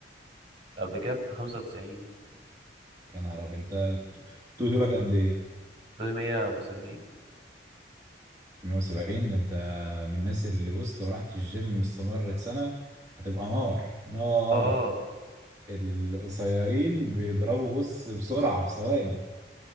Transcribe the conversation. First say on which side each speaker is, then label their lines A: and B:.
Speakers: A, on the right; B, on the right.
A: قبل كده كنت 95
B: يا نهار ابيض انت ط- طولك قد ايه
A: طولي 170
B: 170 ده انت من الناس اللي بص لو رحت الجيم استمرت سنة هتبقى نار نار
A: اه
B: القصيرين بيضربوا بص بسرعة في ثواني